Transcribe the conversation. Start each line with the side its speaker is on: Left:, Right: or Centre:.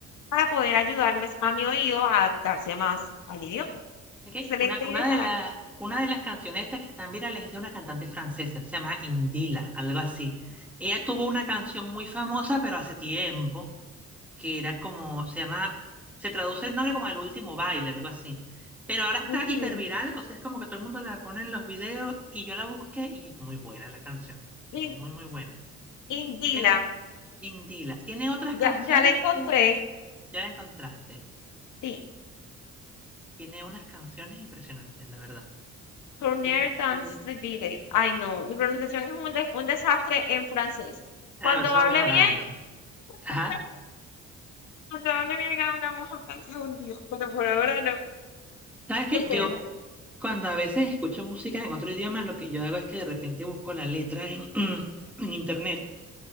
Left: para poder ayudarme a mi oído a adaptarse más al idioma.
Centre: Es que
Left: Excelente
Centre: una, una
Left: idea.
Centre: de la- una de las canciones estas que están virales es de una cantante francesa, se llama Indila, algo así. Ella tuvo una canción muy famosa, pero hace tiempo que era como, se llama, se traduce el nombre como El Último Baile, algo así. Pero ahora está
Left: Ujú.
Centre: hiperviral, o sea, es como que todo el mundo la pone en los videos y yo la busqué y es muy buena la canción, es
Left: In-
Centre: muy, muy buena.
Left: Indila,
Centre: Tiene Indila, tiene otras canciones,
Left: Ya, ya la encontré.
Centre: pero ya la encontraste.
Left: Sí,
Centre: Tiene unas canciones impresionantes, la verdad.
Left: Tourneur
Centre: Este,
Left: dans le vide. Ay, no, mi pronunciación es un, de- un desastre en francés.
Centre: a
Left: Cuando
Centre: ver, eso
Left: hable
Centre: va mejorando.
Left: bien, <laughs>
Centre: Ajá.
Left: cuando hable bien hablamos entonces <laughs> un día, pero por ahora no.
Centre: ¿Sabes qué?
Left: Qué pena.
Centre: Yo cuando a veces escucho música en otro idioma, lo que yo hago es que de repente busco la letra en, <clears throat> en internet